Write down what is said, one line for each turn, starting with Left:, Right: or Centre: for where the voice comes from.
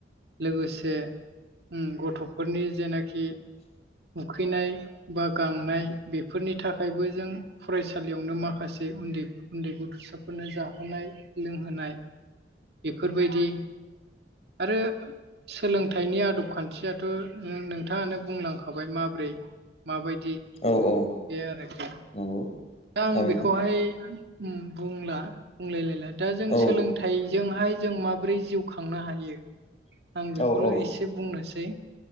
Right: लोगोसे गथ'फोरनि जेनाखि उखैनाय बा गांनाय बेफोरनि थाखायबो जों फरायसालियावनो माखासे उन्दै उन्दै गथ'साफोरनो जाहोनाय लोंहोनाय बेफोरबायदि आरो सोलोंथाइनि आदब खान्थियाथ' नोंथाङानो बुंलांखाबाय माब्रै माबायदि
Left: औ औ
Right: बे आरोखि
Left: नंगौ
Right: दा
Left: थारैनो
Right: आं बेखौहाय बुंला बुंलायलायला दा जों
Left: औ
Right: सोलोंथाइ जोंहाय जों माबोरै जिउ खांनो हायो आं बेखौल'
Left: औ औ
Right: एसे बुंनोसै